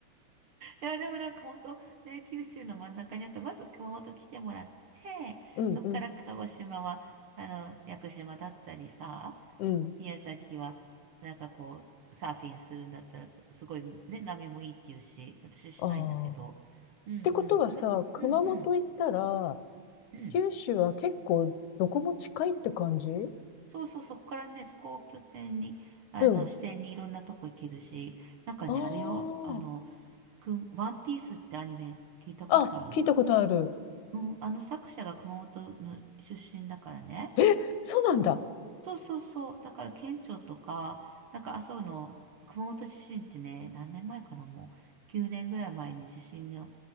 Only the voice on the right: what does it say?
いや、でもなんか本当ね、九州の真ん中にあるかまず熊本来てもらって、
そっから鹿児島は、あの、屋久島だったりさ、
宮崎は、なんかこう、サーフィンするんだったらす、すごいね、波もいいっていうし、私しないんだけど、
うんうん、
ね、
うんうん、うん。
そうそう、そこからね、そこを拠点に、あの、
視点にいろんなとこ行けるし、なんかね、
あれよ、あの、くんワンピースってアニメ聞いたことある
うん、あの作者が熊本の出身だからね。
そうそうそう。だから県庁とか、なんか麻生の熊本地震ってね、何年前かな、もう9年ぐらい前に地震の、